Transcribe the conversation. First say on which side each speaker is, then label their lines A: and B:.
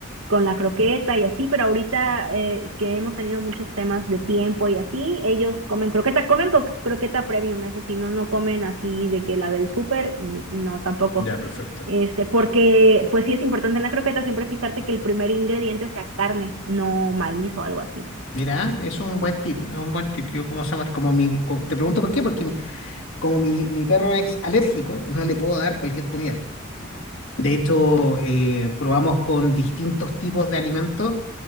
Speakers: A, on the right; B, on the left.
A: con la croqueta y así, pero ahorita eh, que hemos tenido muchos temas de tiempo y así, ellos comen croqueta, comen co- croqueta premium, eso sí, no, no comen así de que la del súper, n- no, tampoco.
B: Ya, perfecto.
A: Este, porque pues sí es importante en la croqueta siempre fijarte que el primer ingrediente sea carne, no maíz o algo así.
B: Mira, es un buen tip, es un buen tip. Yo como se llama, como mi, co- te pregunto por qué, porque mi- como mi, mi perro es alérgico, no le puedo dar cualquier comida. De hecho, eh, probamos con distintos tipos de alimentos